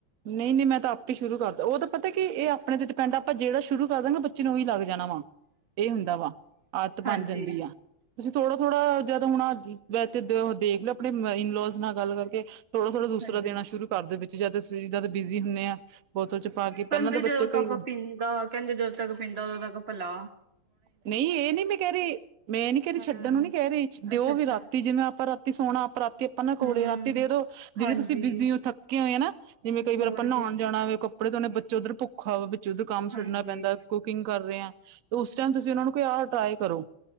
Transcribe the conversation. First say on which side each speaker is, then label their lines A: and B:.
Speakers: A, on the right (about 70°); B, on the right (about 30°).
A: ਨਹੀ-ਨਹੀਂ, ਮੈਂ ਤਾਂ ਆਪੇ ਹੀ ਸ਼ੁਰੂ ਕਰਤਾ ਉ ਤਾਂ ਪਤਾ ਕਿ ਇਹ ਆਪਣੇ ਤੇ ਡਿਪੈਂਡ ਆਪਾਂ ਜੇਹੜਾ ਸ਼ੁਰੂ ਕਰਤਾ ਨਾ ਬੱਚੇ ਨੂੰ ਉਹੀ ਲੱਗ ਜਾਣਾ ਵਾ। ਇਹ ਹੁੰਦਾ ਵਾ ਆਦਤ
B: ਹਾਂਜੀ
A: ਬਣ ਜਾਂਦੀ ਆ। ਤੁਸੀਂ ਥੋੜਾ-ਥੋੜਾ ਜਦ ਹੁਣ ਦੇਖ ਲੋ ਅਪਣੇ ਇਨਲੋਜ਼ ਨਾਲ ਗੱਲ ਕਰਕੇ। ਥੋੜਾ-ਥੋੜ੍ਹਾ
B: ਹਾਂਜੀ
A: ਦੂਸਰਾ ਦੇਣਾ ਸ਼ੁਰੂ ਕਰ ਦੋ ਬਚੇ, ਜਦ ਬਿਜ਼ੀ ਹੁੰਦੇ ਆ ਬੋਤਲ ਚ ਪਾ ਕੇ ਪਹਿਲਾਂ
B: ਕਹਿੰਦੇ
A: ਤਾਂ ਬੱਚੇ
B: ਜਦੋਂ ਤੱਕ
A: ਕਈ
B: ਪੀਂਦਾ, ਕਹਿੰਦੇ ਜਦੋਂ ਤੱਕ ਪੀਂਦਾ ਉਦੋਂ ਤੱਕ ਪਿਲਾ।
A: ਨਹੀਂ, ਇਹ ਨੀ ਮੈਂ ਕਹਿ ਰਹੀ ਮੈਂ ਇਹ ਨੀ ਕਹਿ ਰਹੀ,
B: ਹੂੰ
A: ਛੱਡਣ ਨੂੰ ਨੀ ਕਹਿ ਰਹੀ ਦਿਓ
B: ਅੱਛਾ ਅੱਛਾ
A: ਵੀ ਰਾਤੀ ਜਿਵੇਂ ਆਪਾਂ ਰਾਤੀ ਸੋਣਾ ਆਪ ਰਾਤੀ ਆਪਾਂ ਨਾ ਕੋਲੇ
B: ਹੂੰ
A: ਰਾਤੀ ਦੇ ਦੋ, ਦਿਨੇ
B: ਹਾਂਜੀ
A: ਤੁਸੀਂ ਬਿਜੀ ਹੋ ਥੱਕੇ ਹੋਏ ਹਨਾ। ਜਿਵੇਂ ਕਈ ਵਾਰ
B: ਹੋਰ
A: ਆਪਾਂ ਨਹਾਉਣ
B: ਕੀ
A: ਜਾਣਾ ਵੇ ਕਪ ਕਪੜੇ ਧੋਣੇ, ਬੱਚਾ ਉੱਧਰ ਭੁੱਖਾ ਵਾ ਵਿੱਚ ਉਧਰ ਕੰਮ ਛੱਢਣਾ
B: ਹਾਂਜੀ
A: ਪੈਂਦਾ ਕੁਕਿੰਗ ਕਰ ਰਿਹਾ। ਉਸ ਟਾਈਮ ਤੁਸੀਂ ਉਹਨਾ ਨੂੰ ਕਹੋ ਕਿ ਆਹ ਟਰਾਈ ਕਰੋ।